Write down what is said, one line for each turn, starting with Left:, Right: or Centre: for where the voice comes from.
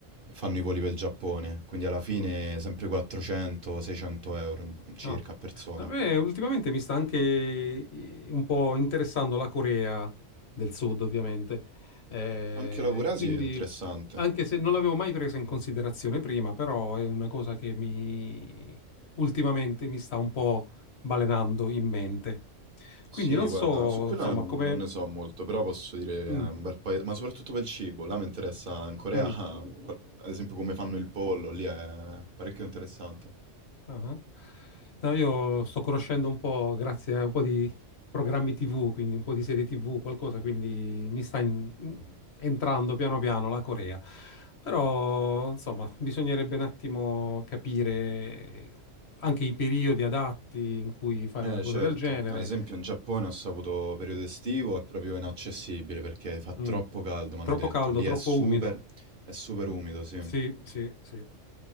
Right: fanno i voli per il Giappone, quindi alla fine
Left: Mm.
Right: sempre 400-600 euro circa
Left: No.
Right: a persona.
Left: A me ultimamente mi sta anche eh, un po' interessando la Corea del Sud, ovviamente. Eh,
Right: Anche la Corea
Left: quindi,
Right: sì, è interessante.
Left: anche se non l'avevo mai presa in considerazione prima, però è una cosa che mi ultimamente mi sta un po' balenando in mente.
Right: Sì,
Left: Quindi non so,
Right: guarda, su quella
Left: insomma,
Right: non,
Left: come...
Right: non ne so molto, però posso dire
Left: Mm,
Right: è un bel paese, ma soprattutto per il cibo, là mi interessa in Corea,
Left: mm.
Right: <laughs> ah, guar- ad esempio come fanno il pollo, lì è parecchio interessante.
Left: Ah. No, io sto conoscendo un po', grazie a un po' di programmi TV, quindi un po' di serie TV, qualcosa, quindi mi sta in- entrando piano piano la Corea. Però, insomma, bisognerebbe un attimo capire anche i periodi adatti in cui fare
Right: Eh
Left: una cosa
Right: certo,
Left: del genere.
Right: ad esempio in Giappone ho saputo periodo estivo è proprio inaccessibile perché fa troppo
Left: Mm.
Right: caldo, mi
Left: Troppo
Right: hanno detto.
Left: caldo,
Right: Lì
Left: troppo
Right: è super,
Left: umido.
Right: è super umido, sì.
Left: Sì, sì, sì.